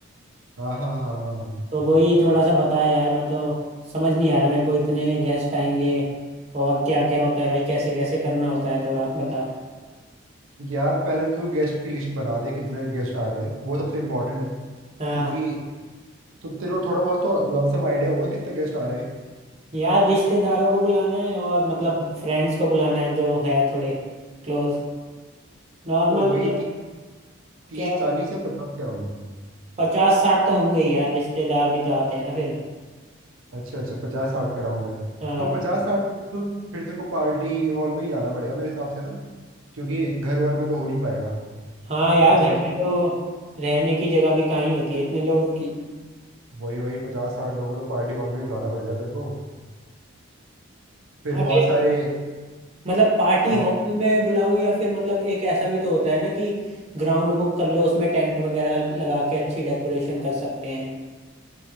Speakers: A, on the right; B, on the right.
A: हाँ हाँ हाँ हाँ हाँ
B: तो वही थोड़ा सा बता यार मैं तो समझ नहीं आ रहा मेरे को इतने गेस्ट आएंगे और क्या क्या होता है भाई कैसे कैसे करना होता है थोड़ा बता
A: यार पहले तो गेस्ट की लिस्ट बना दे कितने गेस्ट आ रहे हैं वो सबसे इम्पोर्टेंट है
B: हाँ
A: क्योंकि तो तेरे को थोड़ा बहुत तो लमसम आइडिया होगा कितने गेस्ट आ रहे हैं
B: यार रिश्तेदारों को बुलाना है और मतलब फ्रेंड्स को बुलाना है जो है थोड़े क्लोज नॉर्मल
A: तो
B: मतलब
A: वही ती, तीस
B: क्या
A: चालीस या पचास के राउंड
B: पचास साठ तो होंगे ही यार रिश्तेदार भी तो आते हैं ना फिर
A: अच्छा अच्छा पचास साठ के राउंड है
B: हाँ
A: तो पचास साठ के तो फिर तेरे को पार्टी हॉल में ही जाना पड़ेगा मेरे हिसाब से ना क्योंकि घर वर में तो हो नहीं पाएगा
B: हाँ यार
A: पचास
B: घर में तो रहने की जगह भी कहाँ ही होती है इतने लोगों की
A: वही वही पचास साठ लोगों को तो पार्टी हॉल में ही बुलाना पड़ेगा तेरे को फिर
B: अरे
A: बहुत सारे
B: मतलब पार्टी
A: हाँ
B: हॉल में बुलाऊं या फिर मतलब एक ऐसा भी तो होता है ना कि ग्राउंड बुक कर लो उसमें टेंट वगैरह लगा के अच्छी डेकोरेशन कर सकते हैं